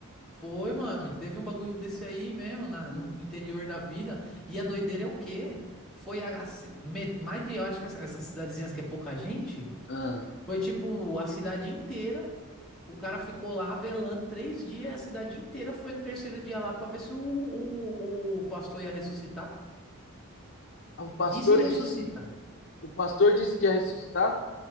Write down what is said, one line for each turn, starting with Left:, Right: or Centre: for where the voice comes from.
Centre: Foi, mano, teve um bagulho desse aí mesmo, na-
Left: E,
Centre: no interior da vida, e a doideira é o quê? Foi a, ci- me- mais de, eu acho que essa- essas cidadezinhas que é pouca gente,
Left: ah,
Centre: foi tipo a cidade inteira. O cara ficou lá velando três dias, a cidade inteira foi no terceiro dia lá pra ver se o, o, o pastor ia ressuscitar.
Left: o pastor
Centre: E se
Left: disse,
Centre: ressuscita?
Left: o pastor disse que ia ressuscitar.